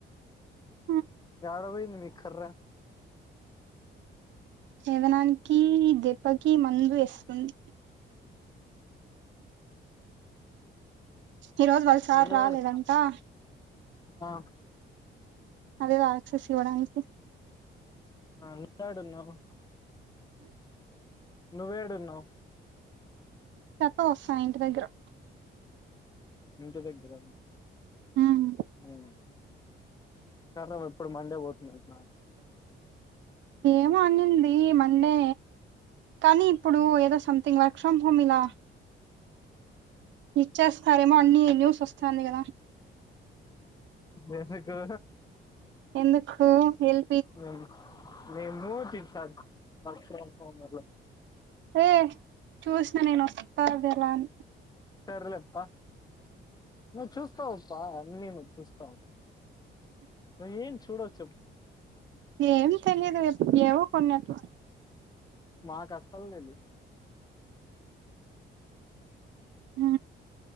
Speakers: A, on the right; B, on the left.
A: హు
B: ఏడ పోయేది మీక్కర్ర
A: పెదనానికి దెబ్బకి మందు ఎస్తుంది ఈరోజు వాళసారు
B: నువ్వేడు
A: రాలేదంటా
B: ఆ
A: అదేదో ఆక్సెస్ ఇవ్వడానికి
B: ఆ నువ్వు యాడఉన్నావు నువ్వేడున్నవ్
A: పెత్తొ వస్తా ఇంటి దగ్గరో
B: ఇంటిదగ్గర
A: ఉమ్
B: ఊ కర్రే ఇప్పుడు మండే ఓతుంది అంట
A: ఏమో అనింది ఈ మండే కనీ ఇప్పుడు ఏదో సంథింగ్ వర్క్ ఫ్రమ్ హోమ్ ఇలా ఇచ్చేస్తరేమో అన్ని న్యూస్ ఓస్తాంది గదా
B: వెర్రిగో
A: ఎందుకూ ఎల్
B: మె మేము <unintelligible> వర్క్ ఫ్రొమ్ హామ్ లో
A: ఏ చుసిన నేను వస్తది అలా అని
B: సర్లేప్ప నువ్వు చూస్తావప్ప అన్నీ నువ్వు చూస్తవు వే ఏం చూడవు చే
A: ఏం తెలియదుప్పు ఏవో కొన్నట్లు
B: మాకీ అసలు తెలి
A: హ